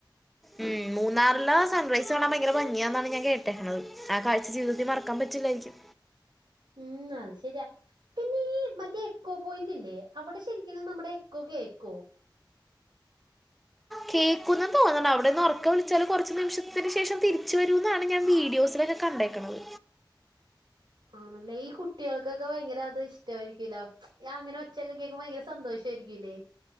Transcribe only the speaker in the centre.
ഉം മൂന്നാറിലെ സൺ റൈസ് കാണാ ഭയങ്കര ഭംഗിയാന്നാണ് ഞാൻ കേട്ടേക്ണത് ആ കാഴ്ച ജീവിതത്തിൽ മറക്കാം പറ്റില്ലായിരിക്കും
കേക്കുന്നന്ന് തോന്നുണ് അവിടെന്ന് ഉറക്കെ വിളിച്ചാല് കുറച്ച് നിമിഷത്തിന് ശേഷം തിരിച്ച് വരുന്നാണ് ഞാൻ വീഡിയോസില്ക്കെ കണ്ടേക്ണത്